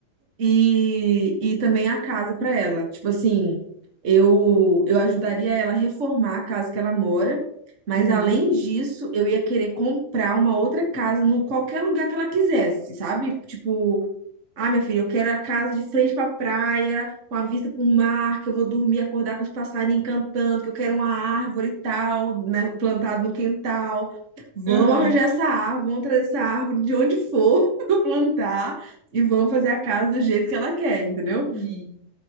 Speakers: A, on the right; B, on the right.
A: e, e também a casa para ela. Tipo assim, eu, eu ajudaria ela a reformar a casa que ela mora, mas
B: Uhum.
A: além disso, eu ia querer comprar uma outra casa no qualquer lugar que ela quisesse, sabe? Tipo, ah, minha filha, eu quero a casa de frente para praia, com a vista para o mar, que eu vou dormir, acordar com os passarinhos cantando, que eu quero uma árvore e tal, né, plantada no quintal. Vamos
B: Aham,
A: arranjar essa árvore, vamos trazer essa árvore de onde for <laughs> para plantar e vamos fazer a casa do jeito que ela quer, entendeu?
B: sim.